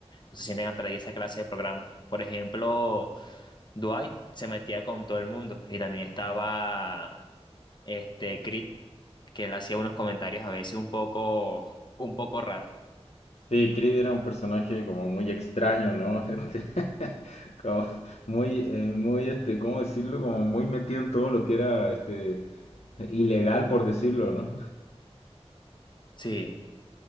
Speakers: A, on the left (about 40°); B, on the left (about 75°).
A: no se sienten atraídas a esa clase de programas. Por ejemplo... Dwight se metía con todo el mundo y también estaba este Creed, que él hacía unos comentarios a veces un poco, un poco raros.
B: Sí, Creed era un personaje como muy extraño, ¿no? <laughs> Este, como muy, eh, muy, este, ¿cómo decirlo? Como muy metido en todo lo que era, este, ilegal, por decirlo, ¿no?
A: Sí,